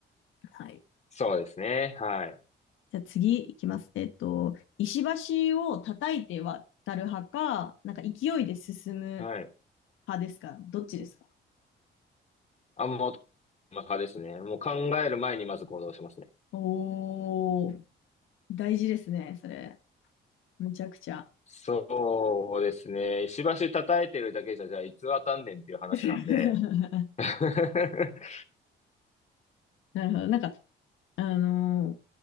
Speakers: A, on the left (about 80°); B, on the left (about 35°).
A: はい。
B: そうですね。はい。
A: じゃあ次いきます。えっと、石橋を叩いて渡る派か、なんか勢いで進む
B: はい。
A: 派ですかどっちですか
B: あ、もう、派ですね。もう考える前にまず行動しますね。
A: おー、大事ですね、それ。むちゃくちゃ。
B: そうですね。石橋叩いてるだけじゃ、じゃあ、いつ当たんねんっていう話なんで。
A: <laughs>
B: <laughs>
A: なるほど。なんか、あの